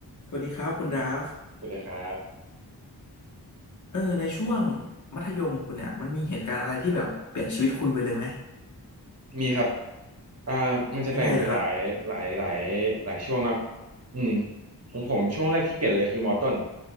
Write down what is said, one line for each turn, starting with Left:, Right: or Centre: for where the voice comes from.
Left: สวัสดีครับคุณดราฟ
Right: สวัสดีครับ
Left: เออในช่วงมัธยมคุณเนี่ยมันมีเหตุการณ์อะไรที่แบบเปลี่ยนชีวิตคุณไปเลยไหม
Right: มีครับอ่ามันจะแบ่งเป็นหลายหลายหลายหลายช่วงเนาะ
Left: ยังไงเหรอครับ
Right: อืมของผมช่วงแรกที่เปลี่ยนเลยคือมอต้น